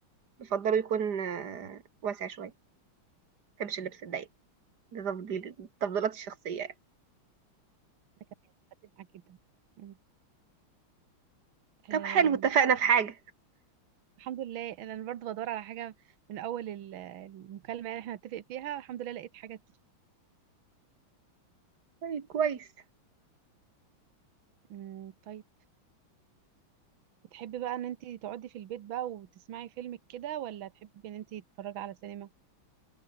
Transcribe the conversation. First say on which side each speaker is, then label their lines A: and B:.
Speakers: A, on the right; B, on the right.
A: بفضله يكون آه، واسع شويه ما بحبش اللبس الضيق ده تفضيل التفضيلات الشخصيه يعني
B: ده كمان بتفق معاك جدا مم. آم،
A: طب حلو اتفقنا
B: طيب،
A: في حاجه
B: الحمد لله انا برضه بدور على حاجه من اول ال- المكالمه يعني احنا نتفق فيها الحمد لله لقيت حاجه تت-
A: طيب كويس
B: مم، طيب بتحبي بقى ان انت تقعدي في البيت بقى وتسمعي فيلم كده ولا تحبي ان انت تتفرجي على سينما